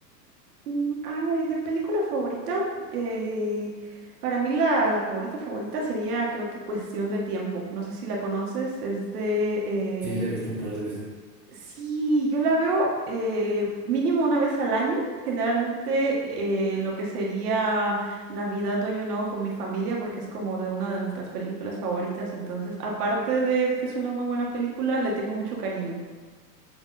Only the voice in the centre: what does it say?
Sí, la he visto un par de veces.